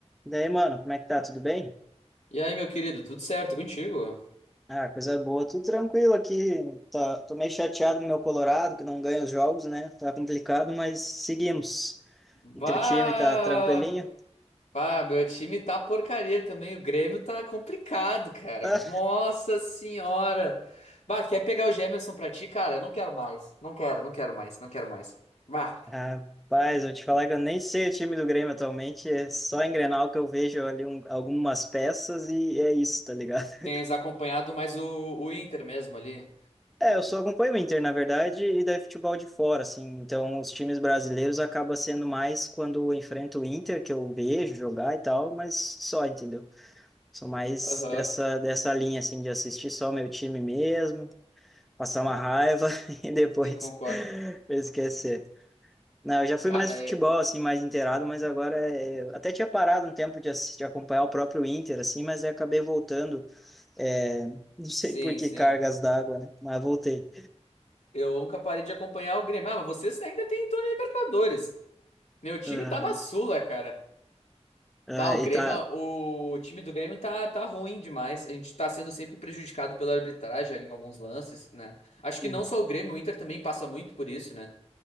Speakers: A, in the centre; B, on the left.
A: E daí, mano, como é que tá? Tudo bem?
B: E aí, meu querido, tudo certo contigo?
A: Ah, coisa boa, tudo tranquilo aqui. Tá, tô meio chateado no meu Colorado, que não ganha os jogos, né? Tá complicado, mas seguimos.
B: Bah!
A: E teu time tá tranquilinho?
B: Bah, meu time tá porcaria também. O Grêmio tá complicado, cara.
A: Ah,
B: Nossa senhora! Bah, quer pegar o Gemerson pra ti, cara? Eu não quero mais. Não quero, não quero mais, não quero mais. Bah,
A: rapaz, vou te falar que eu nem sei o time do Grêmio atualmente. É só em Grenal que eu vejo ali um- algumas peças e é isso, tá ligado? <laughs>
B: tens acompanhado mais o, o Inter mesmo ali.
A: É, eu só acompanho o Inter, na verdade, e daí futebol de fora, assim. Então, os times brasileiros acaba sendo mais quando eu enfrento o Inter, que eu vejo jogar e tal, mas só, entendeu? Sou mais
B: Aham,
A: dessa, dessa linha, assim, de assistir só meu time mesmo, passar uma raiva <laughs> e depois
B: sim, concordo.
A: <laughs> esquecer. Não, eu já fui
B: Cara,
A: mais de
B: é...
A: futebol, assim, mais inteirado, mas agora é... eu até tinha parado um tempo de, assistir, de acompanhar o próprio Inter, assim, mas aí acabei voltando, é, não sei
B: sim,
A: por que
B: sim.
A: cargas d'água, né? Mas voltei.
B: Eu nunca parei de acompanhar o Grêmio. Ah, mas vocês ainda têm em torno da Libertadores. Meu time
A: Aham.
B: tá na Sula, cara.
A: Ah,
B: Bah, o
A: e
B: Grêmio,
A: tá...
B: o time do Grêmio tá, tá ruim demais. A gente tá sendo sempre prejudicado pela arbitragem ali em alguns lances, né? Acho
A: hum,
B: que não só o Grêmio, o Inter também passa muito por isso, né?